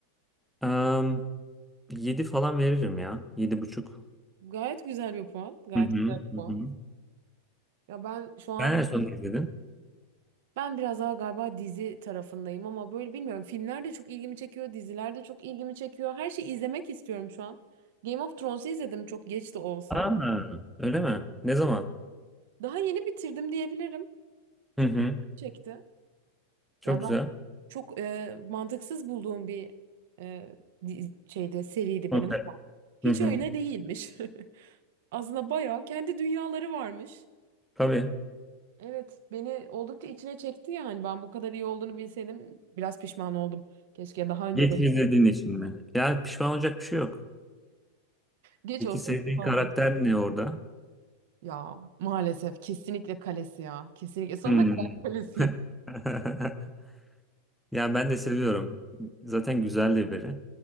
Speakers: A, in the centre; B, on the right.
A: Um, 7 falan veririm ya. 7,5.
B: Gayet güzel bir puan. Gayet
A: Hı hı,
B: güzel bir
A: hı
B: puan.
A: hı.
B: Ya ben şu an
A: Sen en son ne izledin?
B: ben biraz daha galiba dizi tarafındayım ama böyle bilmiyorum. Filmler de çok ilgimi çekiyor, diziler de çok ilgimi çekiyor. Her şeyi izlemek istiyorum şu an. Game of Thrones'u izledim çok geç de olsa.
A: Aa, öyle mi? Ne zaman?
B: Daha yeni bitirdim diyebilirim. Çok
A: Hı hı.
B: çekti.
A: Çok
B: Yani
A: güzel.
B: Çok e, mantıksız bulduğum bir e, di- şeyde seriydi
A: Konser.
B: benim ama hiç
A: Hı hı.
B: öyle değilmiş. <laughs> Aslında bayağı kendi dünyaları varmış.
A: Tabii.
B: Evet, beni oldukça içine çekti yani. Ben bu kadar iyi olduğunu bilseydim biraz pişman oldum. Keşke daha önce
A: Geç
B: de
A: izlediğin için mi? Ya pişman olacak bir şey yok.
B: geç
A: Peki
B: olsun
A: sevdiğin
B: geç olmasın.
A: karakter ne orada?
B: Ya maalesef kesinlikle kalesi ya. Kesinlikle sonuna
A: Hmm.
B: kadar <laughs> kalesi.
A: <laughs> Ya ben de seviyorum. Zaten güzel de biri.